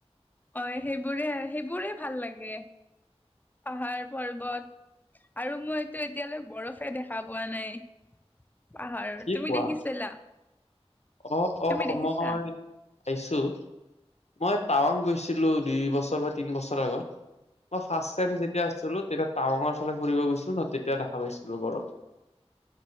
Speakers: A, on the left (about 15°); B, on the left (about 80°).
A: হয়', সেইবোৰে, সেইবোৰে ভাল লাগে পাহাৰ পৰ্বত', আৰু মইতো এতিয়ালৈ বৰফে দেখা পোৱা নাই', পাহাৰ
B: কি
A: তুমি
B: কোৱা?
A: দেখিছিলা?
B: অ
A: তুমি
B: অ
A: দেখিছা
B: মই আইছো। মই টাৱাং গৈছিলো দুই বছৰ বা তিন বছৰ আগত। মই ফাচটাইম যেতিয়া আছিলো তেতা- টাৱঙৰ ফালে ফুৰিব গৈছিলো ন তেতিয়া দেখা পাইছিলো গৰব।